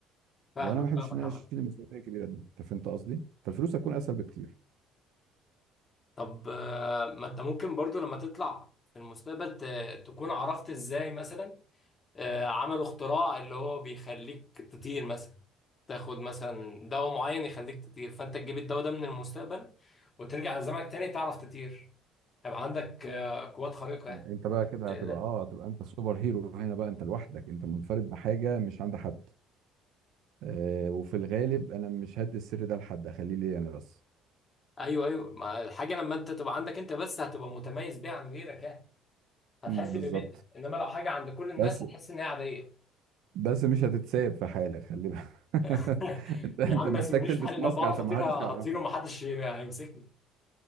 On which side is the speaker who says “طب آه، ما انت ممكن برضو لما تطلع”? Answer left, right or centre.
Left